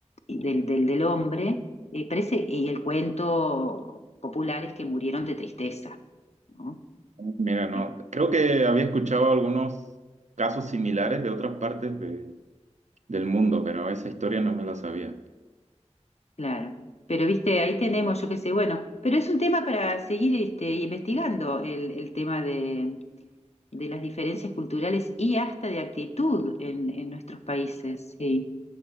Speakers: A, on the left (about 60°); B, on the right (about 75°).
A: y del, del, del hombre, eh, parece, y el cuento popular es que murieron de tristeza, ¿no?
B: mira, no.
A: Eh,
B: Creo que había escuchado algunos casos similares de otras partes de- del mundo, pero esa historia no me la sabía.
A: Claro, pero viste, ahí tenemos, yo qué sé, bueno, pero es un tema para seguir este, investigando el, el tema de, de las diferencias culturales y hasta de actitud en, en nuestros países, sí,